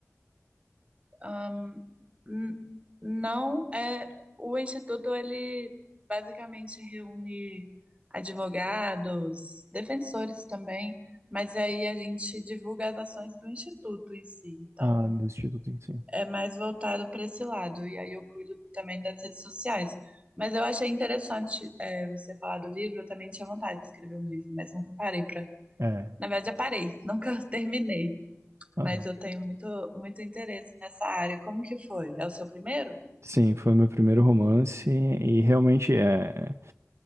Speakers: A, on the right (about 25°); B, on the right (about 60°).
A: Ahn, n- não é. O Instituto, ele basicamente reúne advogados, defensores também, mas aí a gente divulga as ações do Instituto em si. Então,
B: Ah, do Instituto em si.
A: é mais voltado para esse lado. E aí eu cuido também das redes sociais. Mas eu achei interessante, é, você falar do livro, eu também tinha vontade de escrever um livro, mas nunca parei para.
B: É.
A: Na verdade, já parei, <laughs> nunca terminei
B: Ah,
A: mas eu tenho muito, muito interesse nessa área. Como que foi? É o seu primeiro?
B: sim, foi meu primeiro romance e realmente é,